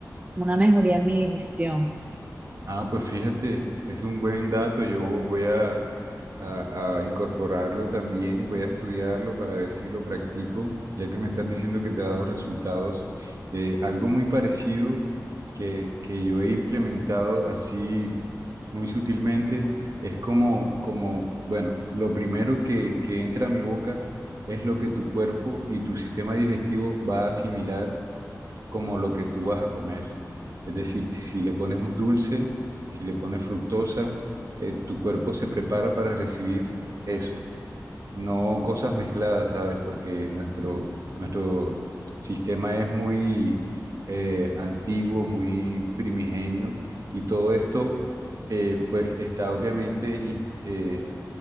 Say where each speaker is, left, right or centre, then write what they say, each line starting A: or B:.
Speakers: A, on the right; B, on the right.
A: una mejoría en mi digestión.
B: Ah, pues fíjate, es un buen dato. Yo voy a, a- a incorporarlo también, voy a estudiarlo para ver si lo practico, ya que me estás diciendo que te ha dado resultados. Eh, algo muy parecido que, que yo he implementado así muy sutilmente es como, como, bueno, lo primero que, que entra a mi boca es lo que tu cuerpo y tu sistema digestivo va a asimilar como lo que tú vas a comer. Es decir, si le pones un dulce, si le pones fructosa, eh, tu cuerpo se prepara para recibir eso, no cosas mezcladas, ¿sabes? Porque nuestro, nuestro sistema es muy eh, antiguo, muy primigenio, y todo esto eh, pues está obviamente in- eh,